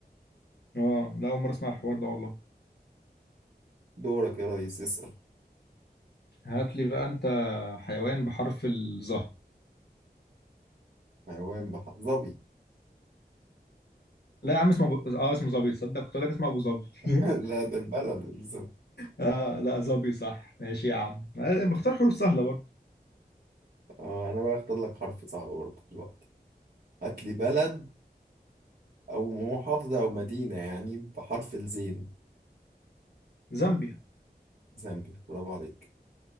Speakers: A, on the left; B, on the right.
A: اه لا اول مره اسمع الحوار ده والله
B: دورك يا ريس اسال
A: هات لي بقى انت حيوان بحرف الظهر
B: حيوان بحر ظبي
A: لا يا عم اسمه ب... اه اسمه ظبي تصدق كنت اقول لك اسمه ابو ظبي
B: <laughs>
A: <laughs>
B: لا ده البلد الظبي
A: اه لا ظبي صح ماشي يا عم آه، بختار حروف سهله برضه
B: اه انا بقى اختار لك حرف صعب برضه دلوقتي هات لي بلد او محافظه او مدينه يعني بحرف الزين
A: زامبيا
B: زامبيا برافو عليك